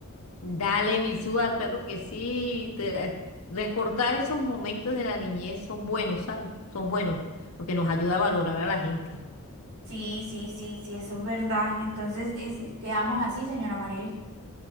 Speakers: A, on the left; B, on the right.
A: Dale, mi Suar, claro que sí. te- recordar esos momentos de la niñez son buenos, ¿sabes? Son buenos, porque nos ayuda a valorar a la gente.
B: Sí, sí, sí, sí, eso es verdad. Entonces, es- quedamos así, señora Maribel.